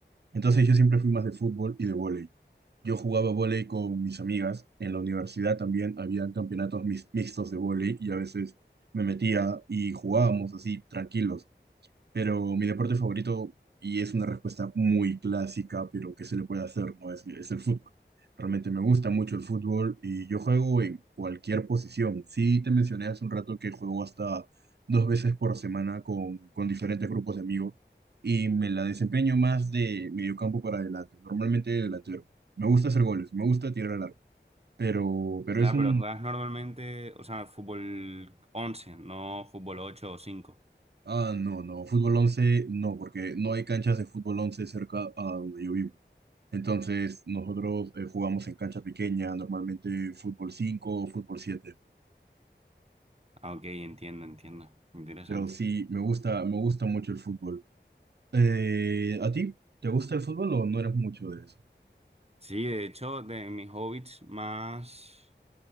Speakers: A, on the right; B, on the right.
A: Entonces yo siempre fui más de fútbol y de vóley. Yo jugaba vóley con mis amigas. En la universidad también había campeonatos mis- mixtos de vóley y a veces me metía y jugábamos así tranquilos. Pero mi deporte favorito, y es una respuesta muy clásica, pero que se le puede hacer, ¿no? Es, es el fútbol. Realmente me gusta mucho el fútbol y yo juego en cualquier posición. Sí, te mencioné hace un rato que juego hasta dos veces por semana con, con diferentes grupos de amigos y me la desempeño más de mediocampo para adelante, normalmente delantero. Me gusta hacer goles, me gusta tirar al arco, pero, pero
B: O sea,
A: es un
B: pero juegas normalmente, o sea, fútbol once no fútbol 8 o cinco
A: Ah, no, no, fútbol 11 no, porque no hay canchas de fútbol 11 cerca a donde yo vivo. Entonces, nosotros eh, jugamos en cancha pequeña, normalmente fútbol 5 o fútbol siete
B: Ah, ok, entiendo, entiendo. Interesante.
A: Pero sí, me gusta, me gusta mucho el fútbol. Eh, ¿a ti? ¿Te gusta el fútbol o no eres mucho de eso?
B: Sí, de hecho, de mis hobbies más,